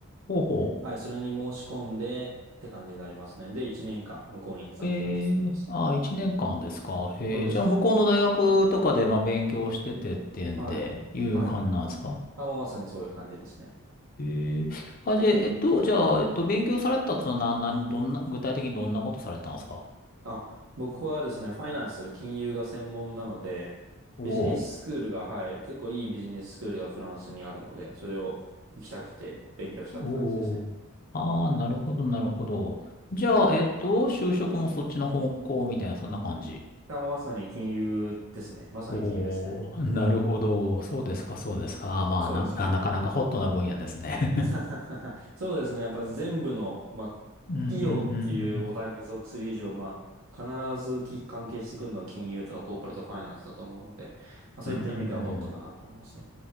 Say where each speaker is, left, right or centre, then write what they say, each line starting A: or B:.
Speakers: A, on the left (about 40°); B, on the right (about 75°).
A: ほうほ
B: はい、それに申し込んでって感じになりますね。で、1年間向こうに行ってたって感じになります。
A: う。ええああ、一年間ですか。ええじゃあ、
B: そうですね。
A: 向こうの大学とかで、まあ、勉強しててっていうんで、
B: はい。
A: いう感じなんですか
B: はい。あ、もうまさにそういう感じですね。
A: ええあ、じゃあ、えっと、じゃあ、えっと、勉強されてたとな、な、何どんな、具体的にどんなことされたんですか
B: あ、僕はですね、ファイナンス、金融が専門なので、
A: おお、
B: ビジネススクールが、はい、結構いいビジネススクールがフランスにあるので、それを行きたくて勉強したって感じですね。
A: おお、ああー、なるほど、なるほど。じゃあ、えっと、就職もそっちの方向みたいな、そんな感じ。
B: あ、もうまさに金融ですね。まさに金融ですね。
A: おおなるほど。そうですか、そうですか。まあ、
B: そうですね。
A: な、あ、なかなかホットな分野ですね。
B: <laughs> そうですね。やっぱ全部の、まあ、
A: <laughs> うん、うん、
B: 企業っていう母体に属する以上、
A: うん。
B: まあ、必ずき関係してくるのは金融とかコーポレートファイナンスだと思うので、まあ、そういった意味ではホットかなと思いますね。
A: うん、うん、うん。うん